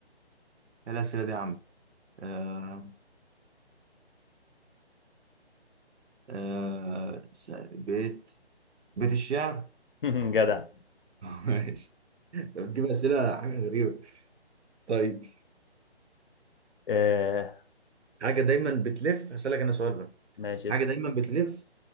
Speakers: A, on the right; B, on the left.
A: إيه الأسئلة دي يا عم آه آه س- بيت بيت الشعر
B: <laughs> جدع
A: <laughs> ماشي أنت بتجيب أسئلة حاجة غريبة طيب
B: آه،
A: حاجة دايما بتلف هسألك أنا سؤال بقى
B: ماشي اسأل
A: حاجة دايما بتلف